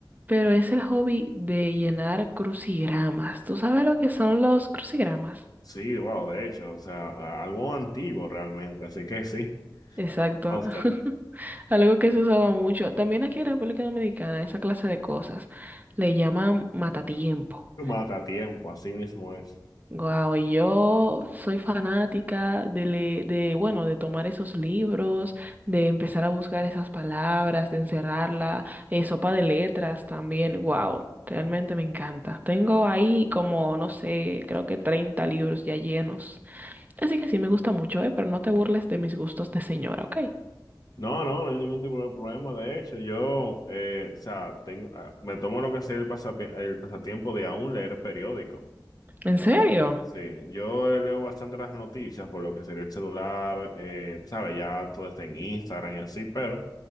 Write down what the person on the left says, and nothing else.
Sí, wow, de hecho, o sea, algo antiguo realmente, así que sí,
Oscar.
Tú mata tiempo, así mismo es.
No, no, no hay ningún tipo de problema. De hecho, yo, eh, o sea, tengo, ah, me tomo lo que sea el, pasapi- el pasatiempo de aún leer periódicos.
Ah, Sí, yo eh, leo bastante las noticias por lo que sería el celular, eh, sabes, ya todo está en Instagram y así, pero